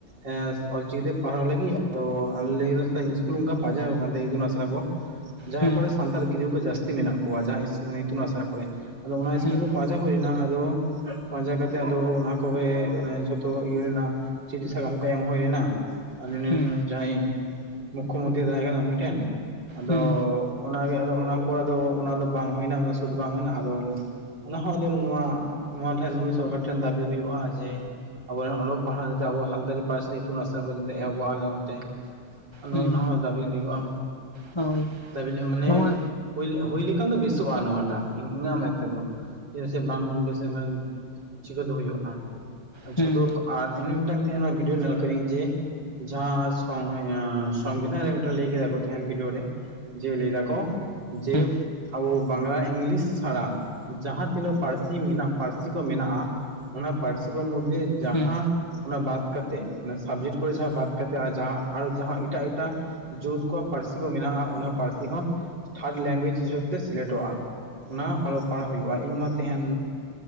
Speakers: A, on the right (about 50°); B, on the left (about 35°).
A: ᱦᱮᱸ ᱚᱞᱪᱤᱠᱤ ᱛᱮ ᱯᱟᱲᱦᱟᱣ ᱞᱟᱹᱜᱤᱫ ᱟᱫᱚ ᱟᱞᱮ ᱞᱟᱹᱭᱟ ᱤᱥᱠᱩᱞ ᱚᱱᱠᱟ ᱯᱟᱸᱡᱟᱣᱮᱫ ᱠᱟᱱ ᱛᱟᱦᱮ ᱤᱛᱩᱱ ᱟᱥᱲᱟ ᱠᱚ ᱡᱟᱦᱟᱸ
B: ᱦᱩᱸ
A: ᱠᱚᱨᱮ ᱥᱟᱱᱛᱟᱲ ᱜᱤᱫᱽᱨᱟᱹ ᱠᱚ ᱡᱟᱹᱥᱛᱤ ᱢᱮᱱᱟᱜ ᱠᱚᱣᱟ ᱡᱟᱦᱟᱸ ᱤᱛᱩᱱ ᱟᱥᱲᱟ ᱠᱚᱨᱮ ᱟᱫᱚ ᱚᱱᱟ ᱤᱥᱠᱩᱞ
B: ᱦᱩᱸ
A: ᱠᱚ ᱯᱟᱸᱪ ᱯᱟᱸᱡᱟ ᱦᱩᱭᱱᱟ ᱟᱫᱚ ᱯᱟᱸᱡᱟ ᱠᱟᱛᱮᱜ ᱟᱫᱚ ᱚᱱᱟ ᱠᱚᱜᱮ ᱡᱷᱚᱛᱚ ᱤᱭᱟᱹ ᱨᱮᱱᱟᱜ ᱪᱤᱴᱷᱤ ᱥᱟᱠᱟᱢ ᱠᱚ ᱮᱢ ᱦᱩᱭ ᱞᱮᱱᱟ
B: ᱦᱩᱸ
A: ᱡᱟᱦᱟᱸᱭ ᱢᱩᱠᱠᱷᱚ ᱢᱚᱱᱛᱨᱤᱭ ᱛᱟᱦᱮᱸ ᱠᱟᱱᱟ ᱩᱱᱤ ᱴᱷᱮᱱ ᱟᱫᱚ
B: ᱦᱩᱸ
A: ᱚᱱᱟᱜᱮ ᱟᱫᱚ ᱚᱱᱟ ᱯᱚᱨᱮ ᱫᱚ ᱚᱱᱟ ᱫᱚ ᱵᱟᱝ ᱦᱩᱭᱮᱱᱟ ᱥᱩᱫ ᱵᱟᱝ ᱦᱩᱭᱮᱱᱟ ᱟᱫᱚ ᱚᱱᱟ ᱦᱚᱸ ᱟᱫᱚ ᱱᱚᱣᱟ ᱱᱚᱣᱟ ᱴᱷᱮᱱ ᱱᱩᱭ ᱥᱚᱨᱠᱟᱨ ᱴᱷᱮᱱ ᱫᱟᱹᱵᱤ ᱦᱩᱭᱩᱜᱼᱟ ᱡᱮ ᱟᱵᱚᱱᱟᱜ ᱚᱞᱚᱜ ᱯᱟᱲᱦᱟᱣᱛᱮ ᱟᱵᱚᱣᱟᱜ ᱥᱟᱱᱛᱟᱲᱤ ᱯᱟᱹᱨᱥᱤ ᱤᱛᱩᱱ ᱟᱥᱲᱟ ᱠᱚ ᱡᱟᱛᱮ ᱮᱦᱚᱵᱚᱜᱼᱟ ᱟᱞᱮ ᱱᱛᱮ ᱱᱚᱜ
B: ᱦᱩᱸ
A: ᱚ ᱱᱚᱣᱟ ᱦᱚᱸ ᱫᱟᱹᱵᱤ ᱦᱩᱭᱩᱜᱼᱟ
B: ᱦᱳᱭ
A: ᱫᱟᱹᱵᱤ ᱞᱮ ᱢᱟᱱᱮ
B: ᱱᱚᱣᱟ
A: ᱦᱩᱭ, ᱦᱩᱭ ᱞᱮᱠᱷᱟᱱ ᱫᱚ ᱵᱮᱥᱚᱜᱼᱟ ᱱᱚᱣᱟᱴᱟᱜ ᱤᱧᱟᱹᱜ ᱢᱮᱫ ᱛᱮᱫᱚ ᱪᱮᱫᱟᱜ ᱥᱮ ᱵᱟᱝ ᱵᱮᱥ ᱞᱮᱠᱷᱟᱱ ᱪᱤᱠᱟᱹ ᱛᱮ ᱦᱩᱭᱩᱜᱼᱟ
B: ᱦᱩᱸ
A: ᱡᱷᱚᱛᱚ ᱟᱨ ᱤᱧ ᱢᱤᱫᱴᱟᱝ ᱛᱮᱦᱮᱸᱧᱚᱜ ᱵᱷᱤᱰᱤᱭᱳ ᱧᱮᱞ ᱟᱠᱟᱫᱤᱧ ᱡᱮ ᱡᱟᱦᱟᱸ ᱥᱚᱝ ᱥᱚᱝᱵᱤᱫᱷᱟᱱ ᱨᱮ ᱞᱟᱹᱭ ᱠᱮᱫᱟ ᱠᱚ ᱛᱮᱦᱮᱸᱧ ᱵᱷᱤᱰᱤᱭᱳ ᱨᱮ ᱡᱮ ᱞᱟᱹᱭ ᱫᱟᱠᱚ ᱡᱮ
B: ᱦᱩᱸ
A: ᱟᱵᱚ ᱵᱟᱝᱞᱟ ᱤᱝᱞᱤᱥ ᱪᱷᱟᱲᱟ ᱡᱟᱦᱟᱸ ᱛᱤᱱᱟᱹᱜ ᱯᱟᱹᱨᱥᱤ ᱢᱮᱱᱟᱜ ᱯᱟᱹᱨᱥᱤ ᱠᱚ ᱢᱮᱱᱟᱜᱼᱟ ᱚᱱᱟ ᱯᱟᱹᱨᱥᱤ ᱠᱚ ᱢᱩᱫᱽ ᱨᱮ ᱡᱟᱦᱟᱸ
B: ᱦᱩᱸ
A: ᱚᱱᱟ ᱵᱟᱫ ᱠᱟᱛᱮ ᱚᱱᱟ ᱥᱟᱵᱡᱮᱠᱴ ᱠᱚᱨᱮ ᱡᱟᱦᱟᱸ ᱵᱟᱫ ᱠᱟᱛᱮ ᱟᱨ ᱡᱟᱦᱟᱸ ᱟᱨᱦᱚ ᱡᱟᱦᱟᱸ ᱮᱴᱟᱜ ᱮᱴᱟᱜ ᱡᱳᱛ ᱠᱚᱣᱟᱜ ᱯᱟᱹᱨᱥᱤ ᱠᱚ ᱢᱮᱱᱟᱜᱼᱟ ᱚᱱᱟ ᱯᱟᱹᱨᱥᱤ ᱦᱚᱸ ᱛᱷᱟᱨᱰ ᱞᱮᱝᱜᱩᱭᱮᱡᱽ ᱦᱤᱥᱟᱹᱵ ᱛᱮ ᱥᱤᱞᱮᱠᱴᱚᱜᱼᱟ ᱚᱱᱟ ᱚᱞᱚᱜ ᱯᱟᱲᱦᱟᱜ ᱦᱩᱭᱩᱜᱼᱟ ᱤᱧ ᱢᱟ ᱛᱮᱦᱮᱱ